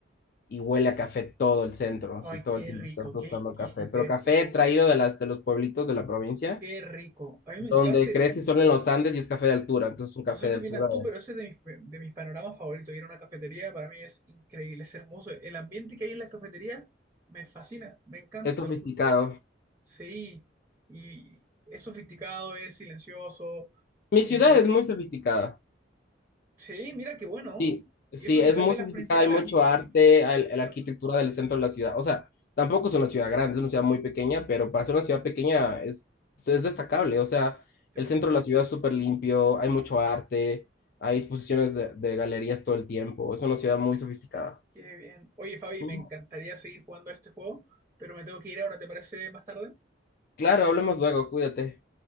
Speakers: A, on the left (about 50°); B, on the right (about 15°).
A: y huele a café todo el centro,
B: Ay,
A: así todo
B: qué
A: el tiempo
B: rico,
A: están tostando
B: qué exquisitez,
A: café, pero café
B: te lo juro.
A: traído de las de los pueblitos de la provincia,
B: Qué rico. A mí
A: donde
B: me encanta. ir
A: crece solo en los Andes y es café de altura, entonces es un café
B: No sé
A: de
B: qué
A: altura,
B: opinas tú, pero ese es de mis, de mis panoramas favoritos. Ir a una cafetería para mí es increíble, es hermoso. El ambiente que hay en la cafetería me fascina, me encanta,
A: es sofisticado.
B: te lo juro. Sí, y es sofisticado, es silencioso.
A: Mi
B: eh,
A: ciudad es muy sofisticada.
B: sí, mira qué bueno.
A: Sí, sí,
B: Y eso que
A: es
B: no
A: muy
B: es de
A: sofisticada,
B: las principales,
A: hay mucho
B: a mí
A: arte, hay-
B: ni siquiera
A: la arquitectura
B: me suena.
A: del centro de la ciudad. O sea, tampoco es una ciudad grande, es una ciudad muy pequeña, pero para ser una ciudad pequeña es, es destacable. O sea,
B: Sí,
A: el
B: po.
A: centro de la ciudad es súper limpio, hay mucho arte, hay exposiciones de, de galerías todo el tiempo. Es una ciudad muy sofisticada.
B: Qué bien. Oye, Fabi,
A: Ujú.
B: me encantaría seguir jugando a este juego, pero me tengo que ir ahora, ¿te parece más tarde?
A: Claro, hablemos luego, cuídate.